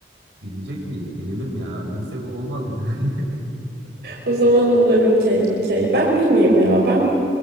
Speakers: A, on the right (about 80°); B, on the right (about 60°).
A: bilecek miyiz? Bilelim ya. Bilsek olmaz mı? <laughs>
B: O zaman ne olur okey okey. Ben bilmiyorum ya. Ben